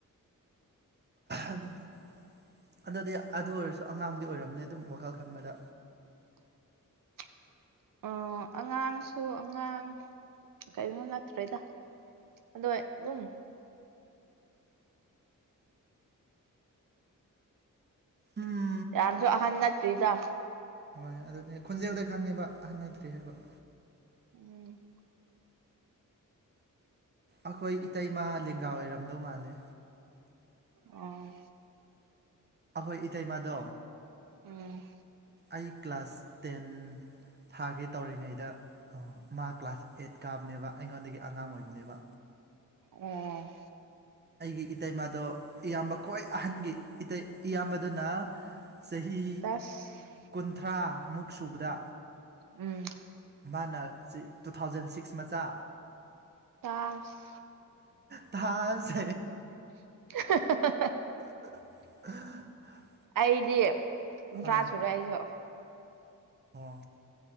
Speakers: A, on the right; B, on the right.
A: ꯑꯗꯨꯗꯤ ꯑꯗꯨꯗꯤ ꯑꯗꯨ ꯑꯣꯏꯔꯁꯨ ꯑꯉꯥꯡꯗꯤ ꯑꯣꯏꯔꯝꯅꯤ ꯑꯗꯨꯝ ꯋꯥꯈꯜ ꯈꯟꯕꯗ
B: <unintelligible> ꯑꯣ ꯑꯉꯥꯡꯁꯨ ꯑꯉꯥꯡ ꯀꯩꯅꯣ ꯅꯠꯇ꯭ꯔꯦꯗ ꯑꯗꯣ ꯑꯗꯨꯝ
A: ꯎꯝ
B: ꯌꯥꯝꯁꯨ ꯑꯍꯥꯟ ꯅꯠꯇꯔꯤꯗ
A: ꯍꯣꯏ ꯑꯗꯨꯅꯦ ꯈꯣꯟꯖꯦꯜꯗ ꯈꯪꯉꯦꯕ ꯑꯍꯟꯅꯠꯗ꯭ꯔꯤ ꯍꯥꯏꯕ
B: <unintelligible>
A: ꯑꯩꯈꯣꯏ ꯏꯇꯩꯃ ꯂꯦꯡꯒꯥ ꯑꯣꯏꯔꯝꯗꯧ ꯃꯥꯜꯂꯦ
B: ꯑ
A: ꯑꯈꯣꯏ ꯏꯇꯩꯩꯃꯥꯗꯣ
B: ꯎꯝ
A: ꯑꯩ ꯀ꯭ꯂꯥꯁ ꯇꯦꯟ ꯊꯥꯒꯤ ꯇꯧꯔꯤꯉꯩꯗ ꯃꯥ ꯀ꯭ꯂꯥꯁ ꯑꯦꯠ ꯀꯥꯕꯅꯦꯕ ꯑꯩꯉꯣꯟꯗꯒꯤ ꯑꯉꯥꯡ ꯑꯣꯏꯕꯅꯦꯕ
B: ꯑꯣ
A: ꯑꯩꯒꯤ ꯏꯇꯩꯃꯗꯣ ꯏꯌꯥꯝꯕ ꯈ꯭ꯋꯥꯏ ꯑꯍꯟꯒꯤ ꯏꯌꯥꯝꯕꯗꯨꯅ ꯆꯍꯤ
B: ꯇꯁ
A: ꯀꯨꯟꯊ꯭ꯔꯥꯃꯨꯛ ꯁꯨꯕꯗ
B: ꯎꯝ
A: ꯃꯥꯅ ꯇꯨ ꯊꯥꯎꯖꯟ ꯁꯤꯛꯁ ꯃꯆꯥ
B: ꯑꯁ
A: ꯊꯁꯦ
B: <unintelligible>
A: <unintelligible>
B: ꯑꯩꯗꯤ ꯀꯨꯟꯊ꯭ꯔꯥ
A: ꯍꯣꯏ
B: ꯁꯨꯔꯦ ꯑꯩꯁꯨ
A: ꯑꯣ